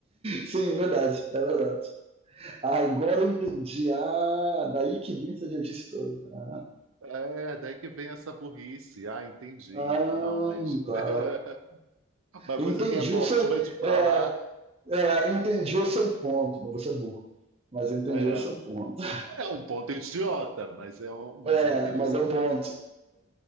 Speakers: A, on the right (about 25°); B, on the right (about 75°).
A: sim, é verdade, é verdade. Ah, Agora eu entendi. Ah, daí que vem essa idiotice toda. Ah,
B: É, daí que vem essa burrice. Ah, entendi.
A: ah,
B: Não, mas
A: tá.
B: <laughs> uma
A: Entendi
B: coisa que é bo-
A: o
B: ótima
A: seu.
B: de falar
A: É, é, entendi o seu ponto, mas você é burro. Mas entendi
B: é,
A: o seu ponto.
B: é um ponto idiota, mas é um, mas
A: É,
B: eu entendi
A: mas
B: esse
A: é um ponto.
B: ponto.